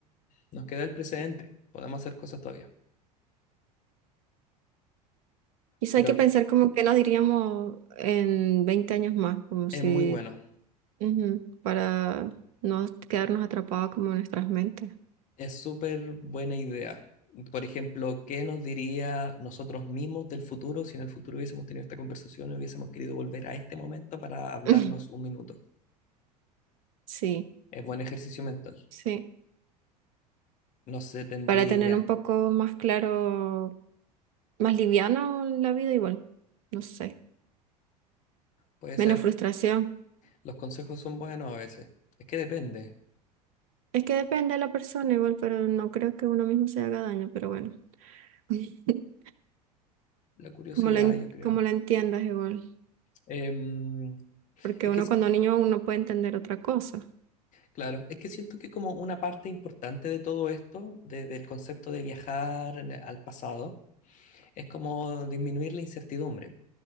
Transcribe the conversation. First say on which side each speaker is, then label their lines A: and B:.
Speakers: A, on the left; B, on the right.
A: nos queda el precedente. Podemos hacer cosas todavía.
B: Quizá
A: Pero
B: hay que pensar como que nos diríamos en 20 años más, como
A: es
B: si,
A: muy bueno.
B: ujú, para no quedarnos atrapados como en nuestras mentes.
A: Es súper buena idea. Por ejemplo, ¿qué nos diría nosotros mismos del futuro si en el futuro hubiésemos tenido esta conversación y hubiésemos querido volver a este momento para hablarnos
B: <laughs>
A: un minuto?
B: Sí,
A: Es buen ejercicio mental.
B: sí.
A: No sé, tendría
B: Para tener
A: idea.
B: un poco más claro, más liviano la vida igual. No sé.
A: Puede
B: Menos
A: ser.
B: frustración.
A: Los consejos son buenos a veces. Es que depende.
B: Es que depende de la persona igual, pero no creo que uno mismo se haga daño, pero bueno. <laughs>
A: La curiosidad,
B: Como lo, en-
A: yo creo.
B: como lo entiendas igual.
A: Em,
B: Porque
A: es
B: uno
A: que, es-
B: cuando niño aún no puede entender otra cosa.
A: claro, es que siento que como una parte importante de todo esto, de- del concepto de viajar en- al pasado, es como disminuir la incertidumbre,